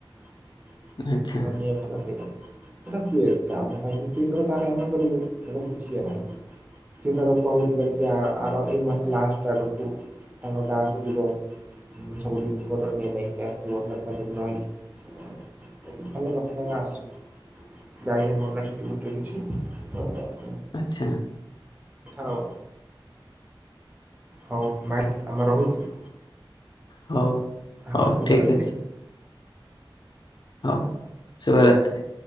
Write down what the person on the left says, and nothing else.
ଆଚ୍ଛା
ଆଛା।
ହଉ ହଉ
ଠିକ୍
ହଁ ଶୁଭ ରାତ୍ରୀ।